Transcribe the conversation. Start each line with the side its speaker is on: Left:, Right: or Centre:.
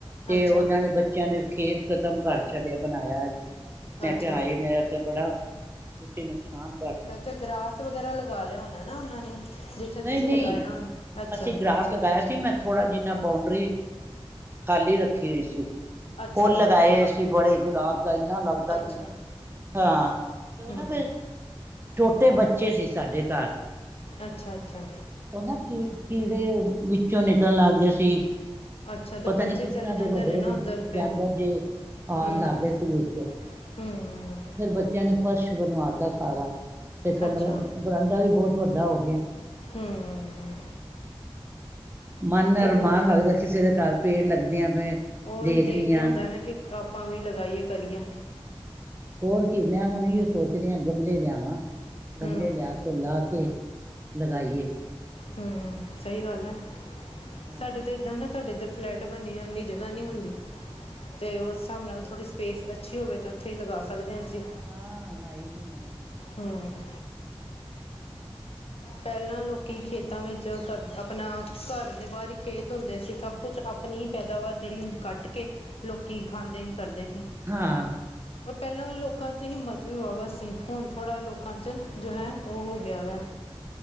Right: ਤੇ
Left: ਅੱਛਾ
Right: ਉਹਨਾਂ ਨੇ ਬੱਚਿਆਂ ਨੇ ਖੇਤ ਖਤਮ ਕਰ ਛੱਡਿਆ, ਬਣਾਇਆ ਸੀ। ਮੈਂ
Left: ਅੱਛਾ
Right: ਕਿਹਾ, ਹਾਏ ਮੇਰਾ ਤੇ ਬੜਾ ਤੁਸੀਂ ਨੁਕਸਾਨ ਕਰਤਾ।
Left: ਤੇ ਗ੍ਰਾਸ ਵਗੈਰਾ ਲਗਾ ਲਿਆ ਹੋਣਾ ਨਾ ਉਹਨਾਂ ਨੇ ਜਿੱਥੇ
Right: ਨਹੀਂ-ਨਹੀਂ,
Left: ਤੁਸੀਂ ਲਗਾਇਆ ਹੋਣਾ ਅੱਛਾ
Right: ਅਸੀਂ ਗ੍ਰਾਸ ਲਗਾਇਆ ਸੀ, ਮੈਂ ਥੋੜ੍ਹਾ ਜਿੰਨਾ ਬਾਊਂਡਰੀ ਖਾਲੀ ਰੱਖੀ ਹੋਈ ਸੀ,
Left: ਅੱਛਾ
Right: ਫੁੱਲ ਲਗਾਏ ਹੋਏ ਸੀ। ਸੀ, ਬੜੇ ਗੁਲਾਬ ਦਾ ਇੰਨਾ ਲੱਗਦਾ
Left: ਅੱਛਾ
Right: ਸੀ ਹਾਂ ਕਿ
Left: ਹੂੰ
Right: ਨਾ ਫਿਰ ਛੋਟੇ ਬੱਚੇ ਸੀ ਸਾਡੇ ਘਰ
Left: ਅੱਛਾ-ਅੱਛਾ!
Right: ਉਹ ਨਾ ਕੀ ਕੀੜੇ ਵਿੱਚੋਂ ਨਿਕਲਣ ਲੱਗ ਗਏ ਸੀ।
Left: ਅੱਛਾ ਤੇ
Right: ਪਤਾ
Left: ਉਹ ਬੱਚੇ
Right: ਨੀ ਕਿਸ ਤਰ੍ਹਾਂ
Left: ਚਲੇ ਜਾਂਦੇ
Right: ਦੇ ਵੱਡੇ-ਵੱਡੇ
Left: ਹੋਣੇ ਨਾ ਉੱਧਰ ਫਿਰ
Right: ਜਾਨਵਰ ਜੇ ਆਉਣ
Left: ਹੂੰ
Right: ਲੱਗ ਗਏ ਸੀ ਵਿੱਚ
Left: ਹੂੰ,
Right: ਫਿਰ ਬੱਚਿਆਂ ਨੇ ਫਰਸ਼ ਬਣਵਾਤਾ ਸਾਰਾ ਤੇ ਕਮਰਾ
Left: ਅੱਛਾ
Right: ਬਾਰਾਂਡਾ ਵੀ ਬਹੁਤ ਵੱਡਾ ਹੋ ਗਿਆ।
Left: ਹੂੰ,
Right: ਮਨ
Left: ਚਲੋ
Right: ਅਰਮਾਨ ਲੱਗਦਾ ਕਿਸੇ ਦੇ ਘਰ ਪੇੜ ਲੱਗਦੇ ਆ ਤੇ
Left: ੳਹੀ,
Right: ਦੇਖਣੀ
Left: ਦੇਖ ਕੇ
Right: ਆ
Left: ਹੁੰਦਾ ਨਾ ਕਿ ਆਪਾਂ ਵੀ ਲਗਾਈਏ, ਕਰੀਏ।
Right: ਹੋਰ ਕੀ ਮੈਂ ਹੁਨ ਏਹੀੳ ਸੋਚਦੀ ਹਾਂ, ਗਮਲੇ ਲਿਆਵਾਂ,
Left: ਹੂੰ,
Right: ਗਮਲੇ ਲਿਆ ਕੇ ਲਾ ਕੇ ਲਗਾਈਏ।
Left: ਹੂੰ, ਸਹੀ ਗੱਲ ਏ,
Right: ਹਾਂ
Left: ਸਾਡੇ ਤੇ ਏਦਾਂ ਨਾ ਸਾਡੇ ਏਧਰ ਫਲੈਟ ਬਨੇਆ ਉਨੀ ਜਗਾ ਨੀ ਹੁੰਦੀ। ਤੇ, ਉਸ ਹਸਾਬ ਨਾਲ ਥੋੜੀ ਸਪੇਸ ਅੱਛੀ ਹੋਵੇ ਤਾਂ ੳਥੇ ਹੀ ਲਗਾ ਸਕਦੇ ਆ ਅਸੀ।
Right: ਹਾਂ ਹਾਈ ਜੀ ਏ।
Left: ਹੂੰ ਪੈਲਾਂ ਲੋਕੀ ਖੇਤਾਂ ਵਿੱਚ ਘਰ ਅਪਣਾ ਘਰ ਦੇ ਬਾਹਰ ਹੀ ਖੇਤ ਹੁੰਦੇ ਸੀ, ਸਭ ਕੁਛ ਅਪਨਾ ਅਪਨੀ ਪੈਦਾਵਾਰ ਜੇੜੀ ਹੁੰਦੀ ਕੱਟ ਕੇ ਲੋਕੀ ਖਾਂਦੇ ਹੀ ਕਰਦੇ ਹੀ।
Right: ਹਾਂ।
Left: ਪਰ ਪੈਲਾਂ ਲੋਕਾਂ ਚ ਹਿਮਤ ਵਾਵਾ ਸੀ, ਹੁਨ ਥੋੜਾ ਲੋਕਾਂ ਚ ਜੋ ਹੈ ੳਹ ਹੋ ਗਿਆ ਵੇ।